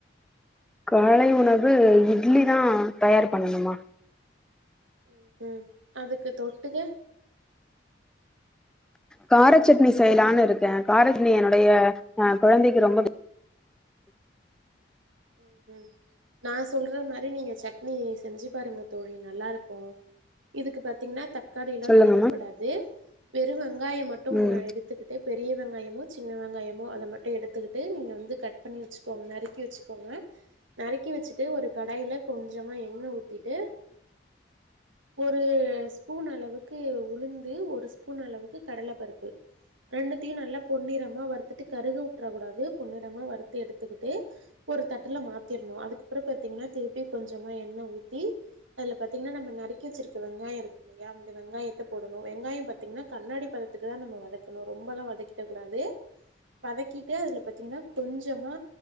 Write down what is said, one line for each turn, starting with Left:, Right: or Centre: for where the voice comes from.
Centre: காலை உணவு இட்லி தா தயார் பண்ணணுமா
Right: ம் ம் அதுக்கு தொட்டுக்க
Centre: காரச்சட்னி செய்யலான்னு இருக்கே கார சட்னி என்னுடைய அ கொழந்தைக்கு ரொம்ப
Right: ம் ம் நா சொல்ற மாரி நீங்க சட்னி செஞ்சு பாருங்க தோழி நல்லா இருக்கு இதுக்கு பாத்தீங்கன்னா தக்காளில்லா
Centre: சொல்லுங்கம்மா
Right: தேவைப்படாது வெறு வெங்காயம் மட்டும்
Centre: ம்
Right: எடுத் க்கிட்டு பெரிய வெங்காயமோ சின்ன வெங்காயமோ அத மட்டு எடுத்துக்கிட்டு நீங்க வந்து கட் பண்ணி வச்சுக்கோங்க நறுக்கி வச்சுக்கோங்க நறுக்கி வச்சுட்டு ஒரு கடாயில கொஞ்சமா எண்ண ஊத்திட்டு
Centre: <inaudible>
Right: ஒரு ஸ்பூன் அளவுக்கு உளுந்து ஒரு ஸ்பூன் அளவுக்கு கடல பருப்பு ரெண்டுத்தையு நல்லா பொன்னிறமா வறுத்துட்டு கருக வுட்டுறக் கூடாது பொன்னிறமா வறுத்து எடுத்துக்கிட்டு ஒரு தட்ல மாத்திற்ணு அதுக்கப்றோ பாத்தீங்கன்னா திருப்பி கொஞ்சமா எண்ண ஊத்தி அதுல பாத்தீங்கன்னா நம்ம நறுக்கி வச்சிருக்க வெங்காயோ இருக்கு இல்லையா இந்த வெங்காயத்தை போடணு வெங்காயோ பாத்தீங்கன்னா கண்ணாடி பதத்துக்கு தா நம்ம வதக்கணு ரொம்பெல்லா வதக்கிடகூடாது வதக்கிட்டு அதுல பாத்தீங்கன்னா கொஞ்சமா